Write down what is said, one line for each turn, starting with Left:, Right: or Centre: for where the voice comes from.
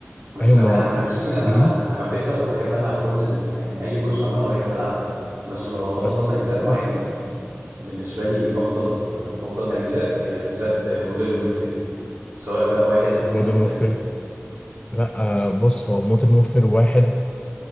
Right: بس
Left: ايوه ما
Right: انا
Left: آه،
Right: عن نفسي انا
Left: مم.
Right: حبيتها وبحب العب كل ال... يعني اي جزء عموما انا بحب العبه بس لو هفضل
Left: بس
Right: اجزاء معينه
Left: اه
Right: بالنسبه لي افضل افضل اجزاء هي اجزاء مودرن وورفير سواء بقى واحد او اتنين
Left: مودرن
Right: او تلاتة
Left: وورفير لا آه، بص هو مودرن وورفير واحد